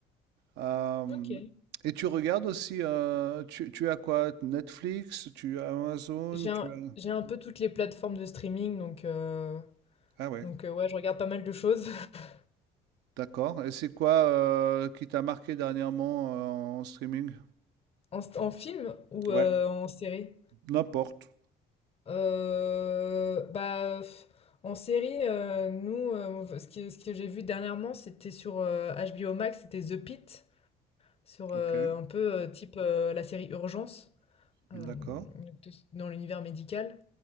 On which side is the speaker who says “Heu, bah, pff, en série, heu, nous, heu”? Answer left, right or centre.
Left